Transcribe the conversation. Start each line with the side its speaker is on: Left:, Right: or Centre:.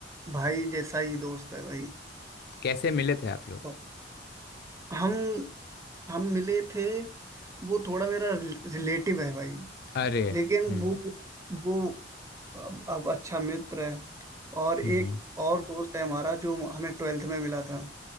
Right: भाई जैसा ही दोस्त है भाई
Left: कैसे मिले थे आप लोग
Right: तो हम हम मिले थे वो थोड़ा मेरा रिलेटिव है भाई
Left: अरे
Right: लेकिन
Left: हम्म
Right: वो वो अब, अब अच्छा मित्र है और
Left: हम्म
Right: एक
Left: हम्म
Right: और दोस्त है हमारा जो हमें ट्वेल्थ में मिला था